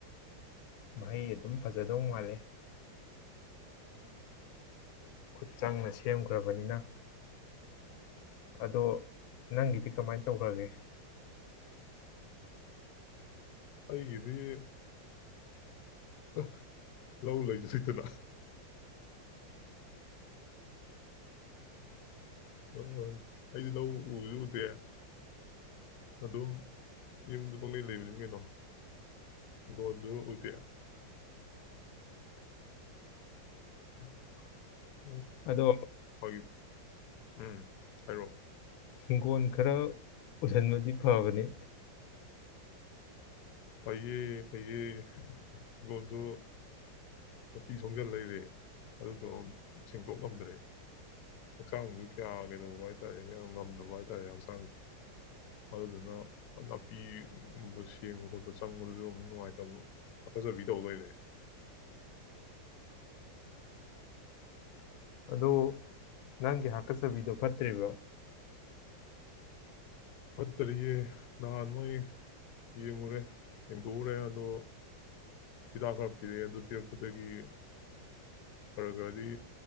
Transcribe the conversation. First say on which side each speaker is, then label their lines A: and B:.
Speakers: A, on the left (about 90°); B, on the left (about 65°).
A: ꯃꯍꯩ ꯑꯗꯨꯝ ꯐꯖꯗꯧ ꯃꯥꯜꯂꯤꯦ ꯈꯨꯠ ꯆꯪꯅ ꯁꯦꯝꯈ꯭ꯔꯕꯅꯤꯅ꯫ ꯑꯗꯣ ꯅꯪꯒꯤꯗꯤ ꯀꯃꯥꯏꯅ ꯇꯧꯈ꯭ꯔꯒꯦ꯫
B: ꯑꯩꯒꯤꯗꯤ꯫ ꯑ ꯂꯧ ꯂꯩꯁꯨ ꯂꯩꯇꯅ꯫ ꯑ ꯑꯩꯗꯤ ꯂꯧ ꯎꯖꯨ ꯎꯗꯦ ꯑꯗꯨꯝ ꯌꯨꯝꯗꯨ ꯄꯪꯂꯩ ꯂꯩꯕꯅꯤ ꯀꯩꯅꯣ ꯍꯤꯡꯒꯣꯟꯖꯨ ꯎꯗꯦ ꯍꯍ ꯍꯍ
A: ꯑꯗꯣ
B: <unintelligible> ꯎꯝ ꯍꯥꯏꯔꯛꯑꯣ
A: ꯍꯤꯡꯒꯣꯜ ꯈꯔ ꯎꯁꯟꯕꯗꯤ ꯐꯕꯅꯤ꯫
B: ꯐꯩꯌꯦ ꯐꯩꯌꯦ ꯍꯤꯒꯣꯟꯖꯨ꯫ ꯅꯥꯄꯤ ꯁꯣꯡꯖꯟ ꯂꯩꯔꯦ ꯑꯗꯨꯗꯣ ꯁꯦꯡꯇꯣꯛ ꯉꯝꯗ꯭ꯔꯦ ꯍꯛꯆꯥꯡꯁꯨ ꯀꯌꯥ ꯀꯩꯗꯧꯕ ꯍꯥꯏ ꯇꯔꯦ ꯀꯌꯥ ꯉꯝꯗꯕ ꯍꯥꯏ ꯇꯥꯔꯦ ꯍꯛꯆꯥꯡꯁꯦ ꯑꯗꯨꯗꯨꯅ ꯅꯥꯄꯤꯒꯨꯝꯕ ꯁꯦꯡꯕ ꯈꯣꯠꯄ ꯆꯪꯕꯗꯨꯁꯨ ꯑꯃꯨꯛ ꯅꯨꯡꯉꯥꯏꯇꯕ ꯍꯥꯀꯠꯆꯕꯤ ꯇꯧ ꯂꯩꯔꯦ꯫
A: ꯑꯗꯣ ꯅꯪꯒꯤ ꯍꯥꯀꯠꯆꯕꯤꯗꯣ ꯐꯠꯇ꯭ꯔꯤꯕꯣ?
B: ꯐꯠꯇꯔꯤꯌꯦ ꯅꯍꯥꯟ ꯃꯣꯏ ꯌꯦꯡꯉꯨꯔꯦ ꯌꯦꯡꯊꯣꯛꯎꯔꯦ ꯑꯗꯣ ꯍꯤꯗꯥꯛ ꯈꯔ ꯄꯤꯔꯛꯑꯦ ꯑꯗꯨ ꯄꯤꯔꯛꯄꯗꯒꯤ ꯈꯔ ꯈꯔꯗꯤ